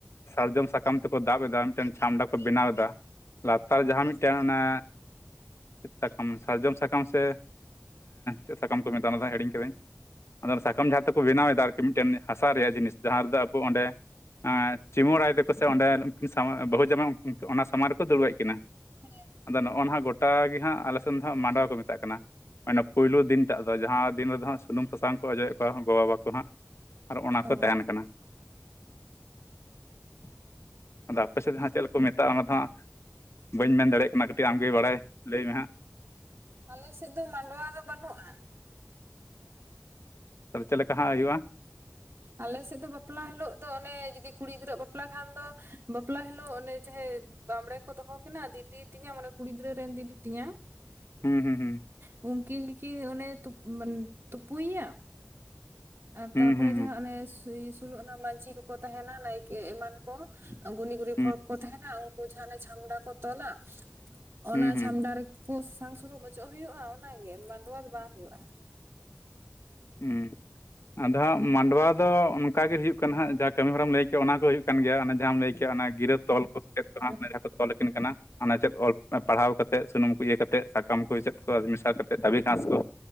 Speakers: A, on the left (about 65°); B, on the right (about 60°).
A: ᱥᱟᱨᱡᱚᱢ ᱥᱟᱠᱟᱢ ᱛᱮᱠᱚ ᱫᱟᱵ ᱮᱫᱟ ᱢᱤᱫᱴᱮᱱ ᱪᱷᱟᱢᱰᱟ ᱠᱚ ᱵᱮᱱᱟᱣ ᱮᱫᱟ ᱾ ᱞᱟᱛᱟᱨ ᱡᱟᱦᱟᱸ ᱢᱤᱫᱴᱮᱱ ᱚᱱᱮ ᱪᱮᱫ ᱥᱟᱠᱟᱢ ᱥᱟᱨᱡᱚᱢ ᱥᱟᱠᱟᱢ ᱥᱮ ᱪᱮᱫ ᱥᱟᱠᱟᱢ ᱠᱚ ᱢᱮᱛ ᱦᱤᱲᱧ ᱠᱟᱹᱫᱟᱹᱧ ᱾ ᱟᱫᱚ ᱥᱟᱠᱟᱢ ᱡᱟᱦᱟᱸ ᱛᱮᱠᱚ ᱵᱮᱱᱟᱣᱮᱫᱟ ᱟᱨᱠᱤ ᱢᱤᱫᱴᱮᱱ ᱦᱟᱥᱟ ᱨᱮᱭᱟᱜ ᱡᱤᱱᱤᱥ ᱡᱟᱦᱟᱸ ᱨᱮᱫᱚ ᱟᱵᱚ ᱚᱸᱰᱮ ᱪᱢᱩᱟᱹᱲᱟᱭ ᱛᱮᱠᱚ ᱥᱮ ᱚᱸᱰᱮ ᱩᱱᱠᱤᱱ ᱥᱟᱢ ᱵᱟᱹᱦᱩ ᱡᱟᱢᱟᱭ ᱚᱱᱟ ᱥᱟᱢᱟᱝ ᱨᱮᱠᱚ ᱫᱩᱲᱩᱵ ᱮᱫ ᱠᱤᱱᱟ ᱾
B: ᱦᱮᱸ ᱾
A: ᱟᱫᱚ ᱱᱚᱜᱼᱚ ᱱᱟᱜ ᱜᱚᱴᱟ ᱜᱮ ᱦᱟᱸᱜ ᱟᱞᱮᱥᱮᱱ ᱫᱚ ᱦᱜ ᱢᱟᱰᱣᱟ ᱠᱚ ᱢᱮᱛᱟᱜ ᱠᱟᱱᱟ ᱾ ᱚᱱᱮ ᱯᱩᱭᱞᱩ ᱫᱤᱱᱴᱟᱜ ᱫᱚ ᱡᱟᱦᱟᱸ ᱫᱤᱱ ᱨᱮᱫᱚ ᱦᱟᱜ ᱥᱩᱱᱩᱢ ᱥᱟᱥᱟᱝ ᱠᱚ ᱚᱡᱚᱭᱮᱫ ᱠᱚᱣᱟ ᱾ ᱜᱚᱜᱚ ᱵᱟ ᱠᱚ ᱦᱟᱸᱜ ᱟᱨ ᱚᱱᱟ ᱠᱚ
B: ᱚ
A: ᱛᱟᱦᱮᱱ ᱠᱟᱱᱟ ᱾ ᱟᱫᱚ ᱟᱯᱮ
B: ᱚ
A: ᱥᱮᱫ ᱦᱟᱸᱜ ᱪᱮᱫ ᱠᱚ ᱢᱮᱛᱟᱜᱼᱟ, ᱚᱱᱟ ᱫᱚ ᱦᱟᱸᱜ ᱵᱟᱹᱧ ᱢᱮᱱ ᱫᱟᱲᱮᱭᱟᱜ ᱠᱟᱱᱟ ᱠᱟᱹᱴᱤᱡ ᱟᱢᱜᱮ ᱵᱟᱲᱟᱭ ᱞᱟᱹᱭ ᱢᱮ ᱦᱟᱸᱜ?
B: ᱟᱞᱮ ᱥᱮᱫᱚ ᱢᱟᱰᱣᱟ ᱫᱚ ᱵᱟᱹᱱᱩᱜᱼᱟ ᱾
A: ᱚ ᱪᱮᱫ ᱞᱮᱠᱟ ᱦᱟᱸᱜ ᱦᱩᱭᱩᱜᱼᱟ?
B: ᱟᱞᱮᱥᱮᱫ ᱫᱚ ᱵᱟᱯᱞᱟ ᱦᱤᱞᱳᱜ ᱫᱚ ᱚᱱᱮ ᱡᱩᱫᱤ ᱠᱩᱲᱤ ᱜᱤᱫᱽᱨᱟᱹ ᱵᱟᱯᱞᱟ ᱠᱷᱟᱱ ᱫᱚ ᱵᱟᱯᱞᱟ ᱦᱤᱞᱳᱜ ᱚᱱᱮ ᱡᱟᱦᱮ ᱵᱟᱢᱵᱽᱲᱮ ᱠᱚ ᱫᱚᱦᱚ ᱠᱤᱱᱟ ᱫᱤᱫᱤ ᱛᱤᱧᱟᱹ ᱢᱟᱱᱮ ᱠᱩᱲᱤ ᱜᱤᱫᱽᱨᱟᱹ ᱨᱮᱱ ᱫᱤᱫᱤ ᱛᱤᱧᱟᱹ ᱾
A: ᱦᱩᱸ ᱦᱩᱸ ᱦᱩᱸ ᱾
B: ᱩᱱᱠᱤᱱ ᱜᱮᱠᱤᱱ ᱚᱱᱮ ᱛᱩᱯᱩᱭᱮᱭᱟ ᱟᱨ
A: ᱦᱩᱸ
B: ᱛᱟᱯᱚᱨᱮ
A: ᱦᱩᱸ
B: ᱢᱟᱱᱮ <unintelligible> ᱥᱚᱞᱳ ᱚᱱᱟ ᱢᱟᱺᱡᱷᱤ ᱠᱚᱠᱚ ᱛᱟᱦᱮᱱᱟ ᱱᱟᱭᱠᱮ ᱮᱢᱟᱱ ᱾ ᱜᱷᱩᱱᱤ ᱜᱩᱨᱤ ᱯᱷ
A: ᱦᱩᱸ
B: ᱠᱚᱠᱚ ᱛᱟᱦᱮᱱᱟ ᱩᱱᱠᱩ ᱡᱟᱦᱟᱸᱱᱟᱜ ᱪᱷᱟᱢᱰᱟ ᱠᱚ ᱛᱚᱞᱟ᱾ ᱚᱱᱟ
A: ᱦᱩᱸ ᱦᱩᱸ ᱦᱩᱸ
B: ᱪᱷᱟᱢᱰᱟ ᱨᱮᱠᱚ ᱥᱟᱥᱟᱝ ᱥᱩᱱᱩᱢ ᱚᱪᱚᱜ ᱦᱩᱭᱩᱜᱼᱟ ᱚᱱᱟᱜ ᱜᱮ ᱢᱟᱰᱣᱟ ᱫᱚ ᱵᱟᱝ ᱦᱩᱭᱩᱜᱼᱟ ᱾
A: ᱦᱮᱸ ᱟᱫᱚ ᱦᱟᱸᱜ ᱢᱟᱰᱣᱟ ᱫᱚ ᱚᱱᱠᱟ ᱜᱮ ᱦᱩᱭᱩᱜ ᱠᱟᱱᱟ ᱦᱟᱸᱜ ᱡᱟᱦᱟᱸ ᱠᱟᱹᱢᱤ ᱦᱚᱨᱟᱢ ᱞᱟᱹᱭ ᱠᱮᱫᱮ ᱚᱱᱟ ᱠᱚ ᱦᱩᱭᱩᱜ ᱠᱟᱱ ᱜᱮᱭᱟ ᱡᱟᱦᱟᱸᱟᱢ ᱞᱟᱹᱭ ᱠᱮᱜ ᱚᱱᱟ ᱜᱤᱨᱟᱹ ᱛᱚᱞ ᱠᱚ ᱾ ᱪᱮᱫ
B: ᱦᱮᱸ
A: ᱠᱚ ᱡᱟᱦᱟᱸ ᱠᱚ ᱛᱚᱞ ᱟᱹᱠᱤᱱ ᱠᱟᱱᱟ ᱚᱱᱟ ᱪᱮᱫ ᱚᱞ ᱯᱟᱲᱦᱟᱣ ᱠᱟᱛᱮᱫ ᱥᱩᱱᱩᱢ ᱠᱚ ᱤᱭᱟᱹ ᱠᱟᱛᱮ ᱾ ᱛᱮᱫ ᱥᱟᱠᱟᱢ ᱠᱚ ᱪᱮᱫ ᱠᱚ ᱢᱮᱥᱟ ᱠᱟᱛᱮᱫ ᱫᱷᱟᱹᱵᱤ ᱜᱷᱟᱸᱥ ᱠᱚ